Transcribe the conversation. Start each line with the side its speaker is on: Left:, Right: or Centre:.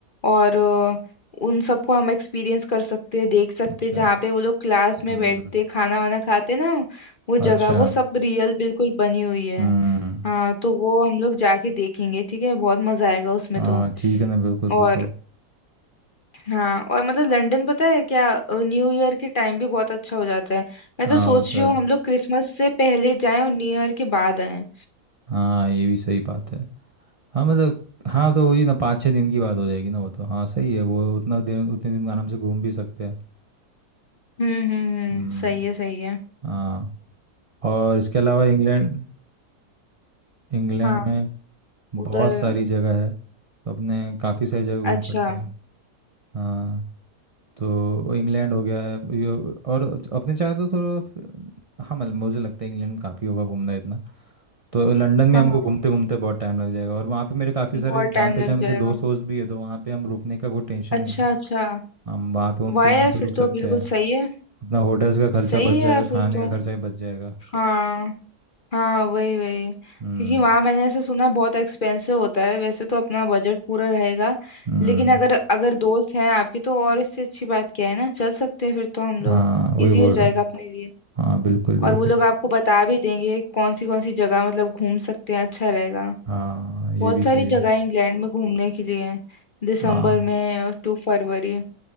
Left: और अ, उन सबको हम एक्सपीरियंस कर सकते हैं देख सकते
Right: अच्छा
Left: हैं जहाँ पे वो लोग क्लास में
Right: हम्म
Left: बैठते खाना वाना खाते ना वो
Right: अच्छा
Left: जगह वो सब रियल बिल्कुल बनी हुई है
Right: हम्म
Left: हाँ तो वो हम लोग जाके देखेंगे ठीक है बहुत मजा आएगा उसमें
Right: हाँ
Left: तो
Right: ठीक है ना बिल्कुल बिल्कुल
Left: और हाँ और मतलब लंदन पता है क्या अ, न्यू ईयर के टाइम भी बहुत अच्छा हो जाता है मैं
Right: हाँ
Left: तो सोच
Right: होता
Left: रही हूँ
Right: है
Left: हम लोग क्रिसमस से पहले जाएं और न्यू ईयर के बाद आएं
Right: हाँ ये भी सही बात है हाँ मतलब हाँ तो वही ना पाँच छः दिन की बात हो जाएगी ना वो तो हाँ सही है वो उतना दिन उतने दिन आराम से घूम भी सकते हैं
Left: हम्म हम्म हम्म,
Right: हम्म
Left: सही है सही है
Right: हाँ और इसके अलावा इंग्लैंड इंग्लैंड
Left: हाँ
Right: में
Left: उधर
Right: बहुत सारी जगह है तो अपने काफ़ी सारी जगह घूम
Left: अच्छा
Right: सकते हैं हाँ तो इंग्लैंड हो गया यो- और अपने चाहे तो थोड़ा हाँ मतलब मुझे लगता है इंग्लैंड काफ़ी होगा घूमना इतना तो लंदन में
Left: हाँ
Right: हमको
Left: हाँ,
Right: घूमते घूमते बहुत टाइम लग जाएगा और वहाँ पे मेरे काफ़ी
Left: बहुत
Right: सारे जान
Left: टाइम
Right: पहचान
Left: लग जाएगा
Right: के दोस्त वोस्त भी है तो वहाँ पे हम रुकने का कोई टेंशन
Left: अच्छा
Right: नहीं है
Left: अच्छा
Right: हम वहाँ पे उनके
Left: वाया
Right: यहाँ पे
Left: फिर
Right: रुक सकते
Left: तो बिल्कुल
Right: हैं
Left: सही है
Right: अपना होटल्स का खर्चा
Left: सही
Right: बच
Left: है
Right: जाएगा
Left: यार
Right: खाने
Left: फिर तो
Right: का खर्चा ही बच जाएगा
Left: हाँ हाँ वही वही
Right: हम्म
Left: क्योंकि वहाँ मैंने ऐसे सुना है बहुत एक्सपेंसिव होता है वैसे तो अपना बजट पूरा रहेगा
Right: हम्म
Left: लेकिन अगर अगर दोस्त हैं आपके तो और इससे अच्छी बात क्या है ना चल सकते हैं फिर तो हम लोग
Right: हाँ वही
Left: इजी
Right: बोल
Left: हो जाएगा
Right: रहा हूँ
Left: अपने लिए
Right: हाँ बिल्कुल बिल्कुल
Left: और वो लोग आपको बता भी देंगे कौन सी कौन सी जगह मतलब घूम सकते हैं अच्छा रहेगा
Right: हाँ ये
Left: बहुत
Right: भी
Left: सारी
Right: सही है
Left: जगह है इंग्लैंड में घूमने के लिए हैं, दिसंबर
Right: हाँ
Left: में और टू फरवरी